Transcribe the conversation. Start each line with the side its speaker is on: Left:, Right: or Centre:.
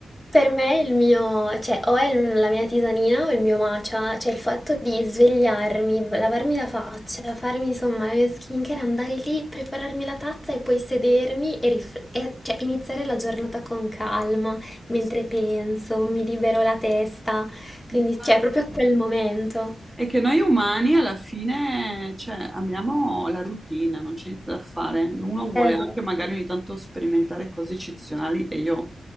Left: per me il mio, cioè o è il- la mia tisanina o il mio matcha, cioè il fatto di svegliarmi, lavarmi la faccia, farmi insomma la mia skincare, andare lì, prepararmi la tazza e poi sedermi e, rif- e- cioè, iniziare la giornata con calma, mentre
Centre: Sì,
Left: penso, mi libero la testa, quindi
Centre: infatti.
Left: cioè è proprio quel momento.
Centre: È che noi umani alla fine, cioè, amiamo la routine, non c'è niente da fare. Uno vuole
Left: Esatto.
Centre: anche magari ogni tanto sperimentare cose eccezionali e io